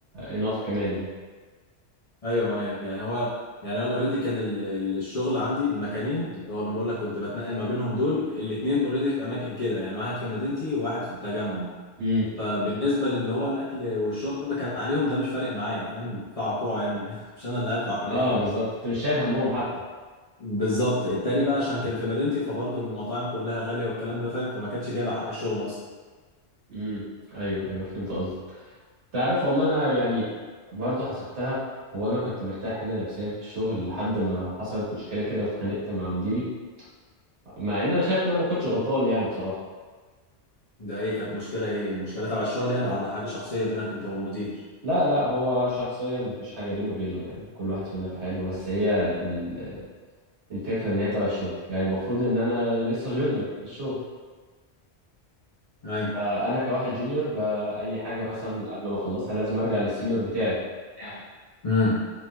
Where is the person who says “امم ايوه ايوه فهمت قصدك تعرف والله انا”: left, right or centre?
Right